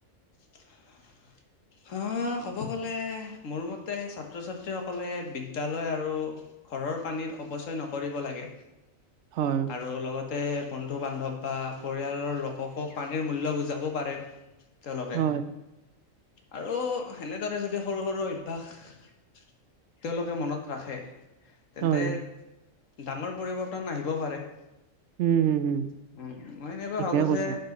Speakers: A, on the left; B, on the right.
A: <unintelligible> <unintelligible> ক'ব গ'লে মোৰ মতে ছাত্ৰ-ছাত্ৰীসকলে বিদ্যালয় আৰু ঘৰৰ পানীৰ অপচয় নকৰিব লাগে। <inaudible>
B: হয়। <unintelligible>
A: আৰু লগতে বন্ধু-বান্ধৱ বা পৰিয়ালৰ লোককো পানীৰ মূল্য বুজাব পাৰে। <unintelligible> চল <inaudible>
B: হয় <inaudible>
A: আৰু সেনেদৰে যদি সৰু-সৰু অভ্যাস <unintelligible> তেওঁলোকে মনত ৰাখে। <inaudible> তেন্তে
B: হয়
A: ডাঙৰ পৰিৱৰ্তন আহিব পাৰে। <inaudible>
B: উম হম হম
A: উম মই এনেকুৱা
B: ঠিকে
A: ভাবো
B: কৈছা।
A: যে